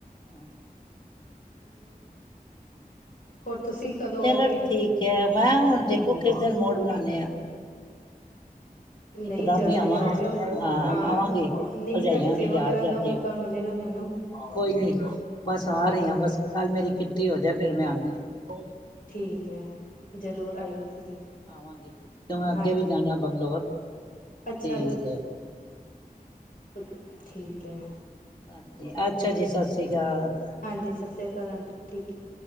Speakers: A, on the left (about 30°); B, on the left (about 65°).
A: ਹਮ <inaudible> <inaudible>
B: ਹੋਰ, ਤੁਸੀਂ ਕਦੋਂ
A: ਚਲੋ
B: ਆਓਗੇ
A: ਠੀਕ ਹੈ, ਮੈਂ ਹੁਣ ਦੇਖੋ ਕਿਸ ਦਿਨ ਮੋੜ ਬਣਾਉਂਦੇ ਆ।
B: ਨਹੀਂ
A: ਇਕਦਮ
B: ਜਲਦੀ
A: ਹੀ ਆਵਾਂ
B: ਆ
A: ਹਾਂ,
B: ਜਿਓ ਹਾਂ
A: ਆਵਾਂਗੇ
B: ਨਹੀਂ
A: ਭਰਜਾਈਆਂ
B: ਤੁਹਾਡੀ ਸੇਵਾ
A: ਵੀ ਯਾਦ
B: ਕਰਨ
A: ਰੱਖੇ।
B: ਦਾ ਮੌਕਾ ਮਿਲੇਗਾ ਮੈਨੂੰ
A: ਕੋਈ ਨੀ, ਬਸ ਆ
B: ਹਾਂਜੀ
A: ਰਹੀ ਹ ਬਸ ਕੱਲ ਮੇਰੀ ਕਿੱਟੀ ਹੋ ਜ ਫੇਰ ਮੈਂ ਆਉਦੀ ਹ।
B: ਠੀਕ ਹੈ, ਜ਼ਰੂਰ ਆਈਓ ਤੁਸੀਂ।
A: ਆਵਾਂਗੇ ਕਯੋਂ ਮੈਂ ਅੱਗੇ
B: ਹਾਂਜੀ
A: ਵੀ ਜਾਣਾ ਬੰਗਲੌਰ।
B: ਅੱਛਾ-
A: ਠੀਕ ਹੈ
B: ਅੱਛਾ ਠੀਕ ਹੈ।
A: ਹਾਂਜੀ, ਅੱਛਾ ਜੀ ਸਤਿ ਸ੍ਰੀ ਅਕਾਲ।
B: ਹਾਂਜੀ, ਸਸਰੀ ਅਕਾਲ ਆਂਟੀ, ਠੀਕ ਏ।